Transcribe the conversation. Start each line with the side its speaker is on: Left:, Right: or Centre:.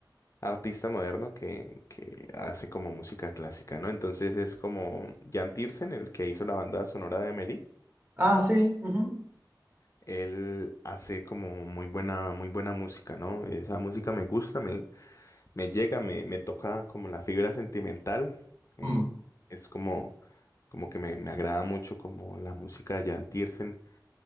Left: artista moderno que, que hace como música clásica, ¿no? Entonces es como Jan Tiersen, el que hizo la banda sonora de Amélie.
Right: Ah, sí. ujú.
Left: Él hace como muy buena, muy buena música, ¿no? Esa música me gusta, me llega, me, me toca como la fibra sentimental. eh,
Right: Mm.
Left: es como, como que me, me agrada mucho como la música de Jan Tiersen.